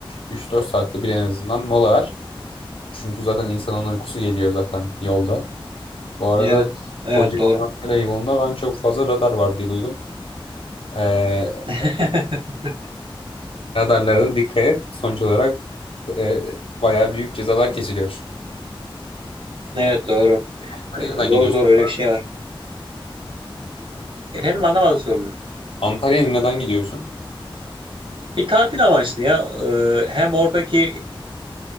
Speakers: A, on the left; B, on the right.
A: üç dört saatte bir en azından mola ver. Çünkü zaten insanın uykusu geliyor zaten yolda. Bu arada
B: Evet. Evet
A: Kocaeli
B: doğru.
A: Antalya yolunda ben çok fazla radar var diye duydum. Ee,
B: <laughs>
A: radarlara da dikkat et. Sonuç olarak e, bayağı büyük cezalar kesiliyor.
B: Evet doğru.
A: Antalya'ya
B: Ee,
A: neden
B: doğru
A: gidiyorsun?
B: doğru öyle
A: bu arada?
B: bir şey var. Efendim anlamadım sorunu.
A: Antalya'ya neden gidiyorsun?
B: Bir tatil amaçlı ya. Ee, hem oradaki